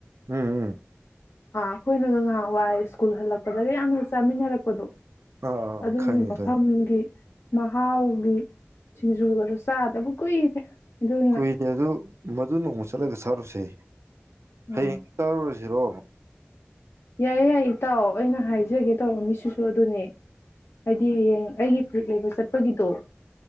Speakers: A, on the right (about 80°); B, on the left (about 65°).
A: ꯎꯝ ꯎꯝ
B: ꯍꯥ ꯑꯩꯣꯏꯅ ꯀ ꯋꯥꯏ ꯁ꯭ꯀꯨꯜ ꯍꯜꯂꯛꯄꯗꯒ ꯌꯥꯝꯅ ꯆꯥꯃꯤꯟꯅꯔꯛꯄꯗꯣ
A: ꯑꯥ ꯑꯥ ꯑꯥ
B: ꯑꯗꯨꯒꯤ
A: ꯈꯪꯉꯦ
B: ꯃꯐꯝꯒꯤ
A: ꯈꯪꯉꯦ
B: ꯃꯍꯥꯎꯒꯤ ꯁꯤꯡꯖꯨꯒꯗ ꯆꯥꯗꯕ ꯀꯨꯏꯔꯦ ꯑꯗꯨꯅ
A: ꯀꯨꯏꯅꯦ ꯑꯗꯨ ꯃꯗꯨ ꯅꯣꯡꯃ ꯆꯠꯂꯒ ꯁꯥꯔꯨꯁꯦ
B: ꯑꯥ
A: ꯍꯌꯦꯡ ꯆꯥꯔꯨꯔꯁꯤꯔꯣ
B: ꯌꯥꯏꯌꯦ ꯌꯥꯏꯌꯦ ꯏꯇꯥꯎ ꯑꯩꯅ ꯍꯥꯏꯖꯒꯦ ꯇꯧꯔ ꯃꯤꯁꯤꯁꯨ ꯑꯗꯨꯅꯦ ꯑꯗꯤ ꯌꯦ ꯑꯩꯒꯤ ꯐ ꯂꯩꯕ ꯆꯠ ꯄꯒꯤꯗꯨꯣ